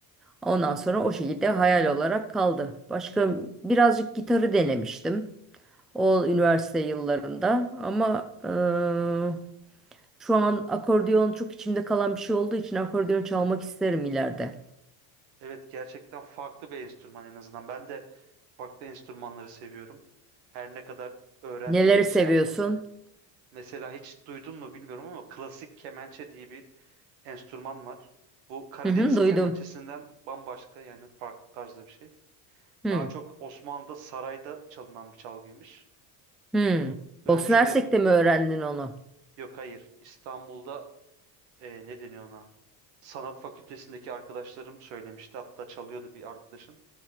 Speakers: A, in the centre; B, on the right.
A: Ondan sonra o şekilde hayal olarak kaldı. Başka birazcık gitarı denemiştim. O üniversite yıllarında. Ama eee, şu an akordeon çok içimde kalan bir şey olduğu için akordeon çalmak isterim ileride.
B: Evet gerçekten farklı bir enstrüman en azından. Ben de Farklı enstrümanları seviyorum. Her ne kadar öğrenmeye
A: Neleri seviyorsun?
B: şey yapmasam. Mesela hiç duydun mu bilmiyorum ama klasik kemençe diye bir enstrüman var. Bu Karadeniz
A: Hı hı, duydum.
B: kemençesinden bambaşka yani farklı tarzda bir şey.
A: Hı
B: Daha çok Osmanlı'da sarayda çalınan bir çalgıymış.
A: hı.
B: Bunun öncüleri
A: Bosna Hersek'te mi öğrendin onu?
B: yok hayır İstanbul'da e, ne deniyor ona? Sanat fakültesindeki arkadaşlarım söylemişti. Hatta çalıyordu bir arkadaşım.